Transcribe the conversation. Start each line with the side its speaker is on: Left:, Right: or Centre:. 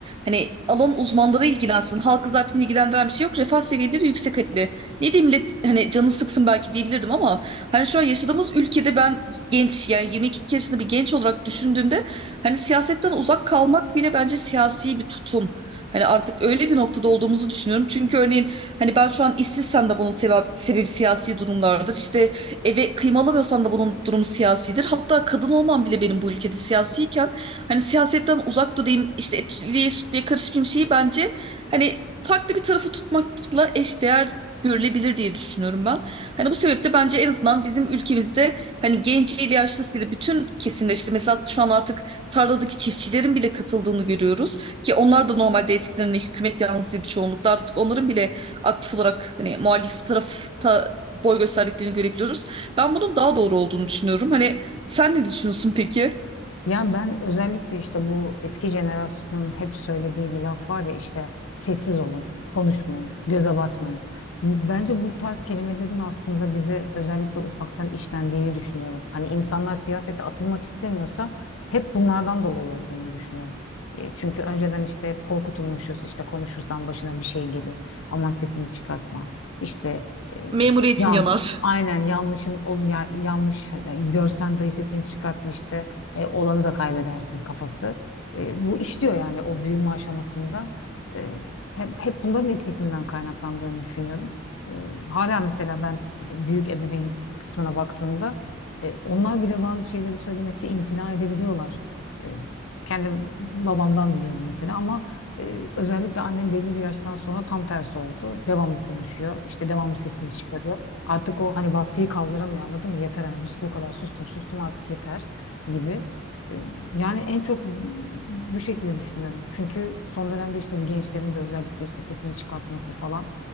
Right: hani alan uzmanları ilgilensin. Halkı zaten ilgilendiren bir şey yok. Refah seviyeleri yüksek hani. Ne diyeyim millet hani canı sıksın belki diyebilirdim ama hani şu an yaşadığımız ülkede ben genç yani 22 yaşında bir genç olarak düşündüğümde hani siyasetten uzak kalmak bile bence siyasi bir tutum. Hani artık öyle bir noktada olduğumuzu düşünüyorum. Çünkü örneğin hani ben şu an işsizsem de bunun sebep, sebebi siyasi durumlardır. İşte Eve kıyım alamıyorsam da bunun durumu siyasidir. Hatta kadın olmam bile benim bu ülkede siyasiyken hani siyasetten uzak durayım işte etliye sütlüye karışmayayım şeyi bence hani farklı bir tarafı tutmakla eşdeğer görülebilir diye düşünüyorum ben. Hani bu sebeple bence en azından bizim ülkemizde hani genciyle yaşlısıyla bütün kesimler işte mesela şu an artık tarladaki çiftçilerin bile katıldığını görüyoruz ki onlar da normalde eskiden hani hükümet yanlısıydı çoğunlukla artık onların bile aktif olarak hani muhalif tarafta boy gösterdiklerini görebiliyoruz. Ben bunun daha doğru olduğunu düşünüyorum. Hani sen ne düşünüyorsun peki?
Left: Ya ben özellikle işte bu eski jenerasyonun hep söylediği bir laf var ya işte sessiz olun, konuşmayın, göze batmayın. Bence bu tarz kelimelerin aslında bize özellikle ufaktan işlendiğini düşünüyorum. Hani insanlar siyasete atılmak istemiyorsa hep bunlardan dolayı olduğunu düşünüyorum. E, Çünkü önceden işte hep korkutulmuşuz işte konuşursan başına bir şey gelir. Aman sesini çıkartma. İşte e,
Right: Memuriyetin
Left: yan
Right: yanar.
Left: aynen yanlışın ol ya- yanlış görsen dahi sesini çıkartma işte e, olanı da kaybedersin kafası. E, bu işliyor yani o büyüme aşamasında. E, hep, hep bunların etkisinden kaynaklandığını düşünüyorum. E, hala mesela ben e, büyük ebeveyn kısmına baktığımda e, onlar bile bazı şeyleri söylemekte imtina edebiliyorlar. E, kendim babamdan biliyorum mesela ama e, özellikle annem belli bir yaştan sonra tam tersi oldu. Devamlı konuşuyor. işte devamlı sesini çıkarıyor. Artık o hani baskıyı kaldıramıyor anladın mı? Yeter hani bu, bu kadar sustum sustum artık yeter gibi. Ee, Yani en çok bu şekilde düşünüyorum. Çünkü son dönemde işte bu gençlerin de özellikle işte sesini çıkartması falan.